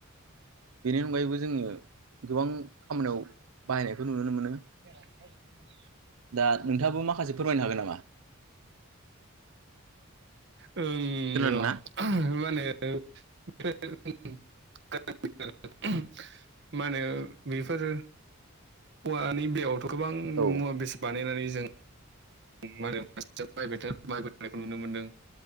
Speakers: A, on the right; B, on the right.
A: बेनि अनगायैबो जोंङो गोबां खामानियाव बाहायनायखौ नुनो मोनो
B: <inaudible>
A: दा नोंथाङाबो माखासे फोरमायनो हागोन नामा
B: ओं
A: खोनादोंना?
B: र मा होनो <unintelligible> मा होनो बेफोरो औवानि बेयाव गोबां
A: औ
B: मुवा बेसाद बानायनानै जों गोबां बेसाद बायनायखौ नुनो मोनदों